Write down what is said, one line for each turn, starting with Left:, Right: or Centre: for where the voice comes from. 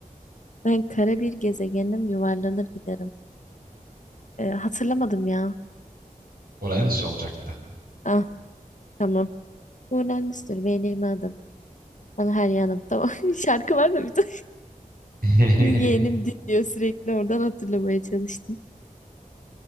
Left: Ben kara bir gezegenim yuvarlanır giderim. Ee, hatırlamadım ya.
Right: Uranüs olacaktı.
Left: Ah tamam. Uranüs'tür benim adım. Bana her yanım. Tamam. <laughs> Şarkı var da bir de.
Right: <laughs>
Left: Yeğenim dinliyor sürekli oradan hatırlamaya çalıştım.